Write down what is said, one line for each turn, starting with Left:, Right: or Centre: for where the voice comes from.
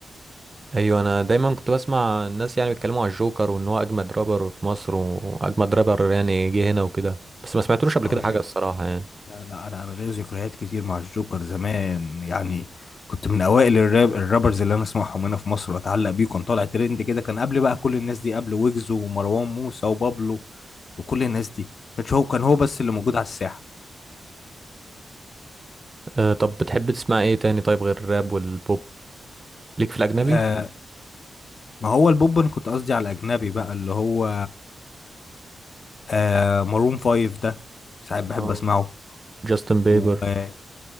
Right: ايوه انا دايما كنت بسمع الناس يعني بيتكلموا على الجوكر وان هو اجمد رابر في مصر واجمد رابر يعني جه هنا وكده بس ما سمعتلوش قبل
Left: اهو
Right: كده حاجه الصراحه يعني
Left: لا لا انا انا ليا ذكريات كتير مع الجوكر زمان يعني كنت من اوائل الراب الرابرز اللي انا اسمعهم هنا في مصر واتعلق بيه كان طالع ترند كده كان قبل بقى كل الناس دي قبل ويجز ومروان موسى وبابلو وكل الناس دي كان هو كان هو بس اللي موجود على الساحه
Right: أه طب بتحب تسمع ايه تاني طيب غير الراب والبوب ليك في الاجنبي
Left: آه ما هو البوب انا كنت قصدي على الاجنبي بقى اللي هو آه مارون فايف ده ساعات بحب
Right: اه
Left: اسمعه
Right: جاستن بيبر
Left: وجاستن